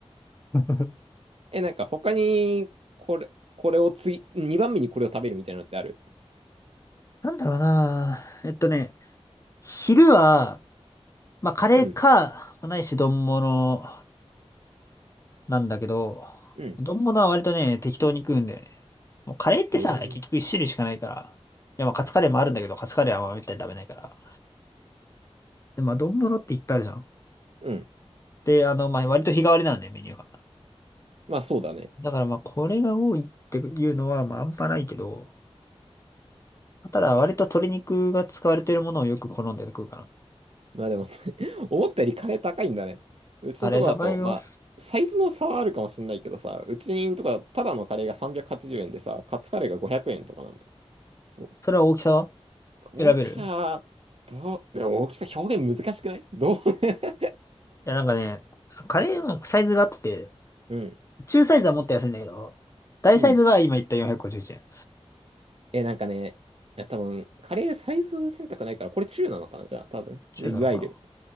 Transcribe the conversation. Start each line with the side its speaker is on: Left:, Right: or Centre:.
Left: <laughs>
Right: え、なんか他に、これ、これを次、2番目にこれを食べるみたいなのってある
Left: なんだろうなえっとね、昼は、まあ、カレーか、
Right: うん、
Left: まあないし、丼物なんだけど、
Right: うん。
Left: 丼物は割とね、適当に食うんだよね。もうカレーってさ、
Right: へえ、
Left: 結局一種類しかないから。いや、まあ、カツカレーもあるんだけど、カツカレーはまあめったに食べないから。で、まあ、丼物っていっぱいあるじゃん。
Right: うん。
Left: で、あの、まあ、割と日替わりなんだよ、メニューが。
Right: まあそうだね。
Left: だからまあ、これが多いっていうのは、まあ、あんまないけど、ただ、割と鶏肉が使われてるものをよく好んで食うかな。
Right: まあでも <laughs> 思ったよりカレー高いんだね。うちのとこだと、
Left: カレー高いよ。
Right: まあ、サイズの差はあるかもしれないけどさ、うちのとこだとただのカレーが380円でさ、カツカレーが500円とかなんだよ。そう。
Left: それは大きさは
Right: 大きさ、
Left: 選べる
Right: どう、でも大きさ表現難しくないどう <laughs>
Left: いや、なんかね、カレーもサイズがあって、
Right: うん、
Left: 中サイズはもっと安いんだけど、大サイズが今言った451円。
Right: うん。え、なんかね、いや多分、カレーサイズ選択ないから、これ中なのかなじゃあ、多分。
Left: 中なのか
Right: ね、いわゆる。